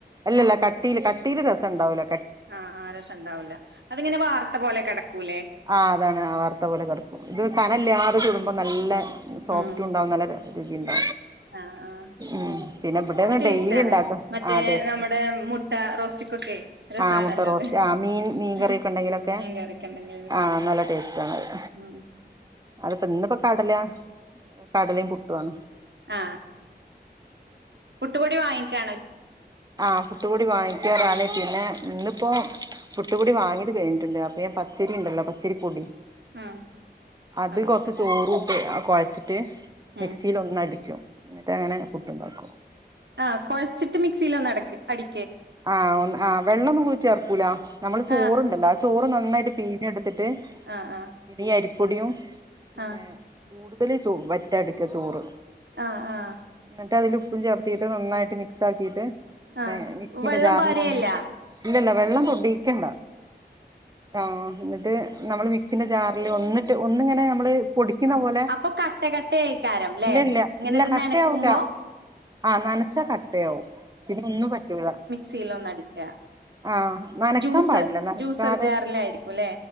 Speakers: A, on the right (about 20°); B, on the right (about 85°).
A: അല്ലല്ല കട്ടീയില് കട്ടീയില് രസം ഉണ്ടാവൂല
B: ആ ആ രസം ഉണ്ടാവില്ല അതിങ്ങനെ വാർത്ത പോലെ കിടക്കൂലേ
A: ആ അതാണ് ആ വാർത്ത പോലെ കിടപ്പും ഇത് കനല്ലാതെ ചുടും നല്ല സോഫ്റ്റും
B: ഉം
A: ഉണ്ടാവുന്ന നല്ല രുചിയിണ്ട്
B: ആഹ് ആഹ്
A: ഉം പിന്നെ ഇവിടെന്ന്
B: അത് ടേസ്റ്റാണ്
A: ഡെലി ഉണ്ടാക്കും
B: മറ്റേ
A: ആ ടേസ്റ്റ്
B: നമ്മുടെ മുട്ട റോസ്റ്റ്കൊക്കേ രസാണല്ലോ
A: ആ മുട്ട റോസ്റ്റ്
B: അത്
A: ആ മീൻ മീൻ
B: <unintelligible>
A: കറിയൊക്കെ ഉണ്ടെങ്കിലൊക്കെ ആ നല്ല ടേസ്റ്റ് ആണത്
B: ഉം
A: അത്പ്പോ ഇന്നിപ്പോ കടല കടലയും പുട്ടുവാണ്
B: ആ പുട്ടുപൊടി വാങ്ങിക്കുവാണോ
A: ആ പുട്ടുപൊടി വാങ്ങിക്കാറാണ് പിന്നെ ഇന്നിപ്പോ പുട്ടപൊടി വാങ്ങിയത് കഴിഞ്ഞിട്ടുണ്ട് അപ്പൊഞാൻ പച്ചരിയുണ്ടല്ലോ പച്ചരിപ്പൊടി
B: ആഹ്
A: അത്
B: അതുകൊണ്ടല്ലേ
A: കൊറച്ച് ചോറുട്ട് കൊഴച്ചിട്ട്
B: ഉം
A: മിക്സിലൊന്നടിക്കും എന്നിട്ട് അങ്ങനെ പുട്ടുണ്ടാക്കും
B: ആഹ് കൊഴച്ചിട്ട് മിക്സിയിലോന്നടക്ക് അടി
A: ആഹ് ഒന്ന് ആ വെള്ളൊന്നും കൂടി ചേർക്കൂല നമ്മള് ചോറ്ണ്ടല്ലോ
B: ആഹ്
A: ആ ചോറ് നന്നായിട്ട് പീഞ്ഞെടുത്തിട്ട്
B: ആഹ് ആഹ്
A: പിന്നെ ഈ അരിപ്പൊടിയും പിന്നെ
B: ആഹ്
A: കൂടുതൽ ചോ വറ്റാട്ക്ക ചോറ്
B: ആഹ് ആഹ്
A: ട്ടതിലുപ്പും ചേർത്തിട്ട് നന്നായിട്ട് മിക്സ് ആക്കിയിട്ട്
B: ആഹ്
A: മിക്സീന്റെ
B: വെള്ളം
A: ജാറിൽ
B: പാരേല്ല
A: ഒന്ന് ഇല്ലല്ല വെള്ളം തൊടീക്കണ്ട ആഹ് ഇന്നട്ട് നമ്മള് മിക്സിന്റെ ജാറില് ഒന്നിട്ട് ഒന്നിങ്ങനെ നമ്മള് പൊടിക്കുന്ന
B: ആഹ്
A: പോലെ
B: അപ്പൊ കട്ട കട്ടയായിക്കാരം ല്ലേ
A: ഇല്ലല്ല
B: ഇങ്ങനെ
A: ഇല്ല
B: ഇത്
A: കട്ടയാവൂല്ല
B: നനക്കുമ്പോ
A: ആഹ് നനച്ചാ കട്ടയാവും പിന്നൊന്നും പറ്റൂല
B: സീലൊന്നടിക്കാ
A: ആ നനക്കാൻ
B: ജൂസ
A: പാടില്ല നനക്കാതെ
B: ജൂസർ ജാറിലായിരിക്കുംലേ